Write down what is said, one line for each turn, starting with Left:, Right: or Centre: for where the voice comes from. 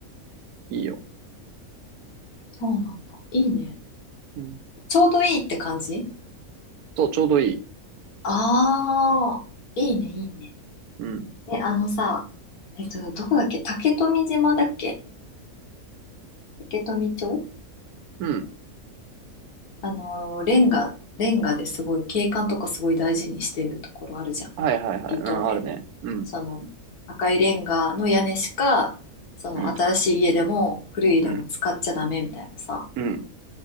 Right: いいよ。
Left: そうなんだ。いいね。
Right: うん。
Left: ちょうどいいって感じ
Right: そう、ちょうどいい。
Left: ああ、いいね、いいね。
Right: うん。
Left: で、あのさ、えっと、どこだっけ竹富島だっけ竹富町
Right: うん。
Left: あの、レンガ、レンガですごい景観とかすごい大事にしてるところあるじゃん。
Right: はいはいはい。
Left: 離島で。
Right: うん、あるね。うん。
Left: その、赤いレンガの屋根しか、その、
Right: うん。
Left: 新しい家でも古い家でも使っちゃダメみたいなさ。
Right: うん。うん。